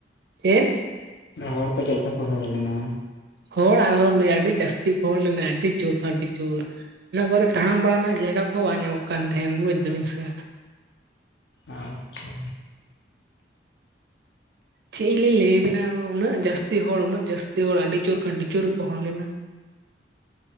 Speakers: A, on the right; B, on the left.
A: ᱪᱮᱫ?
B: ᱦᱚᱲ ᱠᱚ ᱪᱮᱫ ᱞᱮᱠᱟ ᱠᱚ ᱦᱚᱲ ᱞᱮᱱᱟ?
A: ᱦᱚᱲ ᱟᱨᱦᱚᱢ ᱞᱟᱹᱭᱟ ᱟᱹᱰᱤ ᱡᱟᱹᱥᱛᱤ ᱠᱚ ᱦᱚᱲ ᱞᱮᱱᱟ ᱟᱹᱰᱤ ᱡᱳᱨ ᱠᱷᱟ ᱟᱹᱰᱤ ᱡᱳᱨ᱾ ᱚᱱᱟ ᱠᱚᱚᱨᱮ ᱛᱟᱲᱟᱢ ᱵᱟᱲᱟ ᱨᱮᱱᱟᱜ ᱡᱟᱭᱜᱟ ᱠᱚᱦᱚᱸ ᱵᱟᱝ ᱧᱟᱢᱚᱜ ᱠᱟᱱ ᱛᱟᱦᱮᱱ ᱵᱩᱡᱽ ᱫᱟᱵᱤᱱ ᱥᱮ᱾
B: ᱟᱪᱪᱷᱟ
A: ᱪᱮᱜ ᱞᱤᱧ ᱞᱟᱹᱭ ᱟᱵᱤᱱᱟ ᱩᱱᱟᱹᱜ ᱡᱟᱹᱥᱛᱤ ᱦᱚᱲ ᱩᱱᱟᱹᱜ ᱡᱟᱹᱥᱛᱤ ᱦᱚᱲ ᱟᱹᱰᱤ ᱡᱳᱨ ᱠᱷᱚᱱ ᱟᱹᱰᱤ ᱡᱳᱨ ᱠᱚ ᱦᱚᱲ ᱞᱮᱱᱟ᱾